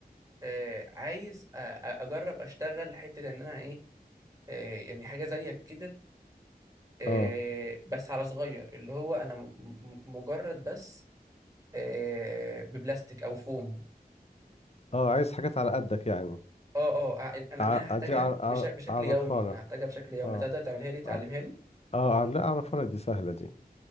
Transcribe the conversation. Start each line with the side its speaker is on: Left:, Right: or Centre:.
Right: آه عايز أ- أ- اجرب اشتغل حته ان انا ايه آه يعني حاجه زيك كده آه
Left: اه
Right: بس على صغير اللي هو انا م- م- مجرد بس آه ببلاستيك او فوم
Left: اه عايز حاجات على قدك يعني
Right: اه اه ع- انا
Left: ع-
Right: انا هحتاجها
Left: أجي أع- أع-
Right: بش- بشكل
Left: اعرفها
Right: يومي هحتاجها
Left: لك
Right: بشكل يومي
Left: اه
Right: هتقدر تعملها لي تعلمها
Left: اه
Right: لي
Left: اه لا اعرفها لك دي سهلة دي